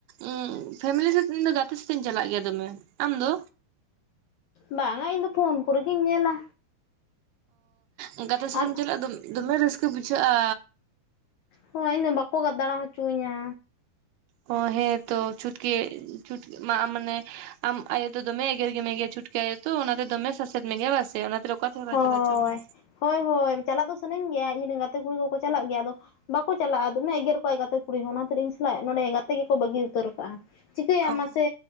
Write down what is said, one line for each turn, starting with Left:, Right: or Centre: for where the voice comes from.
Right: ᱩ ᱯᱷᱮᱢᱮᱞᱤ ᱥᱟᱛᱮ ᱤᱧ ᱫᱚ ᱜᱟᱛᱮ ᱥᱟᱛᱮ ᱤᱧ ᱪᱟᱞᱟᱜ ᱜᱮᱭᱟ ᱫᱚᱢᱮ ᱟᱢ ᱫᱚ
Left: ᱵᱟᱝᱟ ᱤᱧ ᱫᱚ ᱯᱷᱳᱱ ᱠᱚᱨᱮᱜᱤᱧ ᱧᱮᱞᱟ
Right: ᱚ ᱜᱟᱛᱮ ᱥᱟᱜᱛᱮᱢ
Left: ᱟᱢ
Right: ᱪᱟᱞᱟᱜ ᱫᱚᱢᱮ ᱨᱟᱹᱥᱠᱟᱹ ᱵᱩᱡᱷᱟᱹᱜᱼᱟ
Left: ᱦᱚᱸ ᱤᱧᱫᱚ ᱵᱟᱠᱚ ᱫᱟᱲᱟ ᱦᱚᱪᱚ-ᱟᱧᱟ
Right: ᱚ ᱦᱮᱸ ᱛᱚ ᱪᱷᱩᱴᱠᱤ ᱪᱷᱩᱴᱠᱤ ᱢᱟ ᱢᱟᱱᱮ ᱟᱢ ᱟᱭᱳ ᱫᱚ ᱫᱚᱢᱮ ᱮᱜᱮᱨ ᱜᱮ ᱢᱮᱜᱮᱭᱟᱭ ᱪᱷᱩᱴᱠᱤ ᱟᱭᱳ ᱛᱚ ᱚᱱᱟᱛᱮ ᱫᱚᱢᱮ ᱥᱟᱥᱮᱛ ᱢᱮᱜᱟᱭ ᱵᱟᱥᱮ ᱚᱱᱟᱛᱮ ᱚᱠᱟ ᱛᱮᱦᱚᱸ ᱵᱟᱭ
Left: ᱦᱳᱭ
Right: ᱪᱟᱞᱟᱣ ᱦᱚᱪᱚᱣᱟᱢᱟ
Left: ᱦᱳᱭ ᱦᱳᱭ ᱪᱟᱞᱟᱜ ᱫᱚ ᱥᱟᱱᱟᱧ ᱜᱮᱭᱟ ᱤᱧᱨᱮᱱ ᱜᱟᱛᱮ ᱠᱩᱲᱤ ᱠᱚᱠᱚ ᱪᱟᱞᱟᱜ ᱜᱮᱭᱟ ᱟᱫᱚ ᱵᱟᱠᱚ ᱪᱟᱞᱟᱜᱼᱟ ᱫᱚᱢᱮ ᱮᱜᱮᱨ ᱠᱚᱣᱟᱭ ᱜᱟᱛᱮ ᱠᱩᱲᱤ ᱦᱚᱸ ᱚᱱᱟᱛᱮᱤᱧ ᱥᱟᱞᱟᱜ ᱱᱚᱸᱰᱮ ᱜᱟᱛᱮ ᱜᱮᱠᱚ ᱵᱟᱹᱜᱤ ᱩᱛᱟᱹᱨ ᱠᱟᱜᱼᱟ ᱾ ᱪᱤᱠᱟᱹᱭᱟᱢ
Right: ᱚ
Left: ᱢᱟᱥᱮ